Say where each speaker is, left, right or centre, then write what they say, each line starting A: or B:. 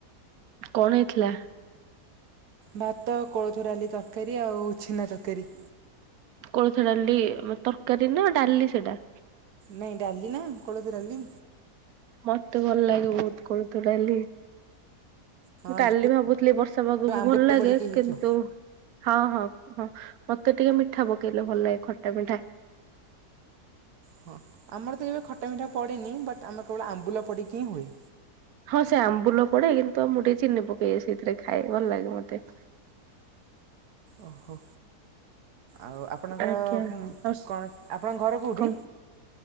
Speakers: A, on the right (about 70°); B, on the right (about 80°).
A: କଣ ହେଇଥିଲା।
B: ଭାତ କୋଳଥ ଡାଲି ତରକାରୀ ଆଉ ଛେନା ତରକାରୀ।
A: କୋଳଥ ଡାଲି ମ ତରକାରୀ ନା ଡାଲି ସେଟା।
B: ନାଇଁ ଡାଲି ନା କୋଳଥ ଡାଲି।
A: ମତେ ଭଲ ଲାଗେ ବହୁତ କୋଳଥ ଡାଲି।
B: ହଁ
A: କାଲି
B: ଯୋଉ
A: ଭାବୁଥିଲି ବର୍ଷା ପାଗକୁ
B: ଆମ୍ବୁଲ
A: ଭଲ ଲାଗେ
B: ପଡିକି ହେଇଥିବ।
A: କିନ୍ତୁ ହଁ ହଁ ହଁ ମତେ ଟିକେ ମିଠା ପକେଇଲେ ଭଲ ଲାଗେ ଖଟା ମିଠା।
B: ହଁ ଆମର ତ କେବେ ଖଟା ମିଠା ପଡେନି ବଟ୍ ଆମର କେବଳ ଆମ୍ବୁଲ ପଡିକି ହିଁ ହୁଏ।
A: ହଁ ସେ ଆମ୍ବୁଲ ପଡେ କିନ୍ତୁ ଆଉ ମୁଁ ଟିକେ ଚିନି ପକେଇ ସେଇଥିରେ ଖାଏ ଭଲ ଲାଗେ ମତେ।
B: ଓହୋ ଆଉ ଆପଣଙ୍କର
A: ଆଜ୍ଞା।
B: ମୁ
A: ଆଉ
B: କଣ ଆପଣଙ୍କ ଘର କୋଉଠି।
A: କଣ